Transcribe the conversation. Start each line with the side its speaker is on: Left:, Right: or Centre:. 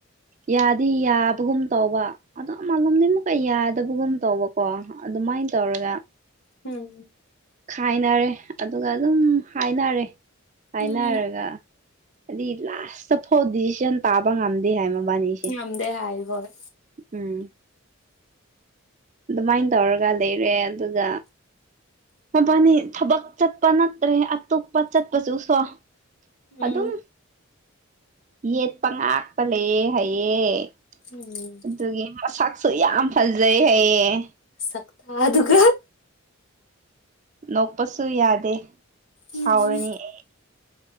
Right: ꯌꯥꯗꯤꯕ ꯨꯝ ꯇꯧꯕ ꯑꯗꯣ ꯑꯃꯂꯣꯝꯗꯒꯤꯩ ꯑꯃꯨꯛꯀ ꯌꯥꯗꯕꯒꯨꯝ ꯇꯧꯕꯀꯣ ꯑꯗꯨꯃꯥꯏꯅ ꯇꯧꯔꯒ
Left: ꯎꯝ
Right: ꯈꯥꯏꯅꯔꯦ ꯑꯗꯨꯒ ꯑꯗꯨꯝ ꯍꯥꯏꯅꯔꯦ ꯍꯥꯏꯅꯔꯒ
Left: ꯎꯝ.
Right: ꯍꯥꯏꯗꯤ ꯂꯥꯁꯇ ꯐꯥꯎ ꯗꯤꯁꯤꯖꯟ ꯇꯥꯕ ꯉꯝꯗꯦ ꯍꯥꯏ ꯃ ꯕꯥꯅꯤꯁ
Left: ꯉꯝꯗꯦ ꯍꯥꯏ ꯍꯣꯏ
Right: ꯎꯝ ꯑꯗꯨꯃꯥꯏꯅ ꯇꯧꯔꯒ ꯂꯩꯔꯦ ꯑꯗꯨꯒ ꯃꯕꯥꯅꯤ ꯊꯕꯛ ꯆꯠꯄ ꯅꯠꯇ꯭ꯔꯦ ꯑꯇꯣꯞꯄ ꯆꯠꯄꯁꯨ ꯁꯣ
Left: ꯎꯝ
Right: ꯑꯗꯨꯝ ꯌꯦꯠꯄ ꯉꯥꯛꯄ ꯂꯩꯑ ꯍꯥꯏꯌꯦꯦ
Left: ꯎꯝ
Right: ꯑꯗꯨꯒꯤ ꯃꯁꯛꯁꯨ ꯌꯥꯝ ꯐꯖꯩ ꯍꯌꯦꯌꯦꯦ
Left: ꯁꯛꯇꯇꯥ ꯑꯗꯨꯒ
Right: ꯅꯣꯛꯄꯁꯨ ꯌꯥꯗꯦ
Left: ꯎꯝ
Right: ꯁꯥꯎꯔꯅꯤ ꯑꯩ